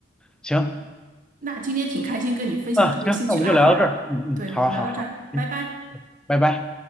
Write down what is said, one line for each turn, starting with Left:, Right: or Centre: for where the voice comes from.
Centre: 行。
Right: 那今天挺开心跟你分享这些兴趣爱好了，
Centre: 嗯，行，那我们就聊到这儿。嗯嗯，
Right: 对，我们聊到这儿，
Centre: 好好好，嗯，
Right: 拜拜。
Centre: 拜拜。